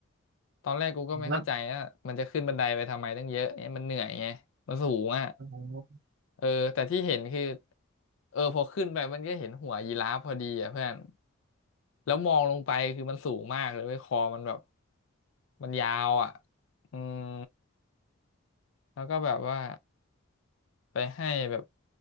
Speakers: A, on the left (about 65°); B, on the right (about 60°).
A: ตอนแรกกูก็ไม่เข้าใจว่ามันจะขึ้นบันไดไปทำไมตั้งเยอะเนี่ยมันเหนื่อยไงมันสูงอ่ะ
B: รับอ๋อ
A: เออแต่ที่เห็นคือเออพอขึ้นไปมันก็เห็นหัวยีราฟพอดีอ่ะเพื่อนแล้วมองลงไปคือมันสูงมากเลยเว้ยคอมันแบบมันยาวอ่ะอืมแล้วก็แบบว่าไปให้แบบ